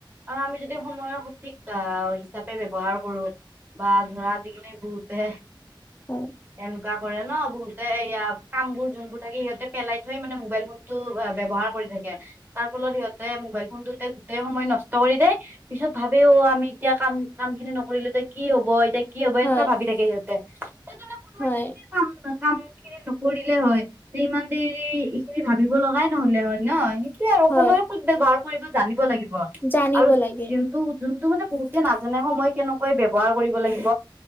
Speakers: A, on the right (about 25°); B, on the left (about 25°).
A: অহ আমি যদি সময়ৰ সঠিক আহ হিচাপে ব্যৱহাৰ কৰো বা ধৰা যিখিনি বহুতে
B: হয়
A: এন বা কৰে ন বহুতে এয়া কামবোৰ যোনবোৰ থাকে সিহঁতে পেলাই থৈ মানে মোবাইল ফোন ব্যৱহাৰ কৰি থাকে তাৰ ফলত সিহঁতে মোবাইল ফোনটোতে গোটেই সময় নষ্ট কৰি দে পিছত ভাবেও আমি এতিয়া কাম কাম খিনি নকৰিলেএতিয়া কি হব এতিয়া কি হব
B: হয়
A: এনেকা ভাবি থাকে সিহঁতে। তেনেহলে সময়তে
B: হয়।
A: যদি কাম কাম খিনি নকৰিলে হয় যে ইমান দেৰি এইখিনি ভাবিব লগাই নহলে হয় ন। সেই আৰু
B: হয়
A: সময়ৰ সুত ব্যৱহাৰ কৰিব জানিব লাগিব
B: জানিব
A: আৰু
B: লাগে
A: যি টো যোনটো মানে বহুতে নাজানে সময় কেনেকৈ ব্যৱহাৰ কৰিব লাগিব